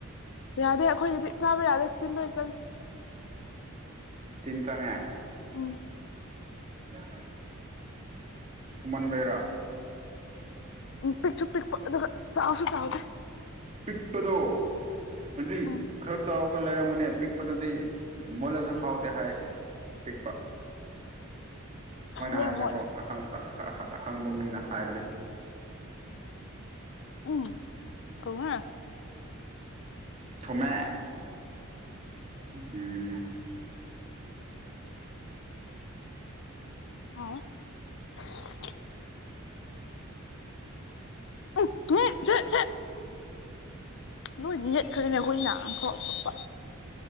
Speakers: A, on the left (about 60°); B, on the right (about 35°).
A: ꯌꯥꯗꯦ ꯑꯩꯈꯣꯏꯒꯤꯗꯤ ꯆꯥꯕ ꯌꯥꯗꯦ ꯇꯤꯟꯕ ꯏꯆꯟ
B: ꯇꯤꯟ ꯆꯪꯉꯦ
A: ꯎꯝ
B: ꯎꯝ ꯁꯨꯃꯟꯕꯦꯔꯥ
A: ꯎ ꯄꯤꯛ ꯆꯨꯞ ꯄꯤꯛ ꯆꯥꯎꯁꯨ ꯆꯥꯎꯗ
B: ꯄꯤꯄꯗꯣ ꯑꯗꯨꯗꯤ
A: ꯎꯝ
B: ꯈꯔ ꯆꯥꯎꯔꯒ ꯂꯩꯔꯝꯒꯅꯤ ꯄꯤꯛꯄꯗꯗꯤ ꯃꯨꯂꯁꯨ ꯍꯥꯎꯇꯦ ꯍꯥꯏ ꯇꯦꯛꯄ
A: ꯔꯔꯃꯜ
B: ꯍꯥꯏꯕꯅꯦꯀꯣ ꯑꯈꯪꯕ ꯑꯈꯪꯕ ꯃꯤꯅ ꯍꯥꯏꯕꯅꯤ
A: ꯎꯝ ꯊꯍ
B: ꯊꯃꯦ ꯎꯝ
A: ꯑ <inaudible> <unintelligible> ꯊꯨꯡ ꯅꯣꯏ ꯃꯠ ꯁꯔꯤꯅ ꯍꯅ ꯑꯟꯊ ꯑꯊꯄ